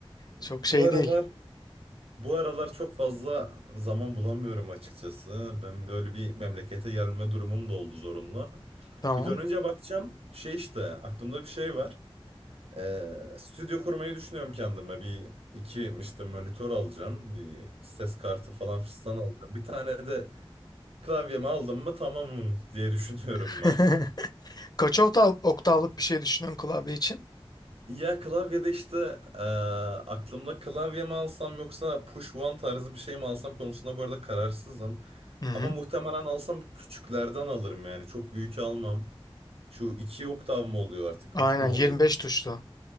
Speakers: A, on the left; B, on the right.
A: çok
B: bu
A: şey
B: aralar
A: değil.
B: bu aralar çok fazla zaman bulamıyorum açıkçası. Ben böyle bir memlekete gelme durumum da oldu zorunlu.
A: Tamam.
B: Bir dönünce bakacağım şey işte aklımda bir şey var. Ee, stüdyo kurmayı düşünüyorum kendime. Bir iki işte monitör alacağım. Bir ses kartı falan fistan alacağım. Bir tane de klavyemi aldım mı tamamım diye düşünüyorum
A: <laughs>
B: ben.
A: Kaç oktav, oktavlık bir şey düşünün klavye için?
B: Ya klavyede işte eee, aklımda klavye mi alsam yoksa push one tarzı bir şey mi alsam konusunda bu arada kararsızım.
A: Hı hı.
B: Ama muhtemelen alsam küçüklerden alırım yani çok büyük almam. Şu iki oktav mı oluyor artık
A: Aynen
B: üç mü
A: 25
B: oluyor?
A: tuşlu.